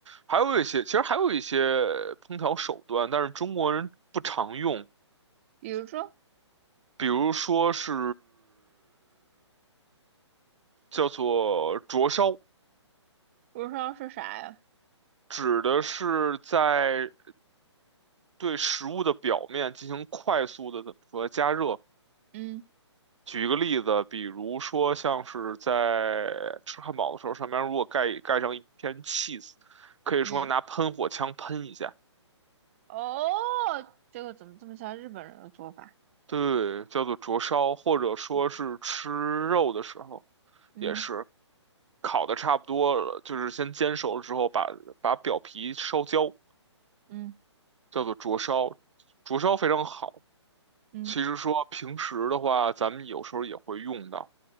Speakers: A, on the right (about 75°); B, on the right (about 30°).
A: 还有一些，其实还有一些烹调手段，但是中国人不常用，
B: 比如说，
A: 比如说是叫做灼烧，
B: 比如说是啥呀？
A: 指的是在对食物的表面进行快速的怎么说加热。
B: 嗯
A: 举一个例子，比如说像是在吃汉堡的时候，上面如果盖盖上一片 cheese，可以说拿喷火枪喷一下。
B: 嗯，哦，这个怎么这么像日本人的做法？
A: 对，叫做灼烧，或者说是吃肉的时候，
B: 嗯，嗯
A: 也是烤的差不多了，就是先煎熟了之后把，把表皮烧焦，
B: 嗯
A: 叫做灼烧。灼烧非常好。
B: 嗯
A: 其实说平时的话，咱们有时候也会用到。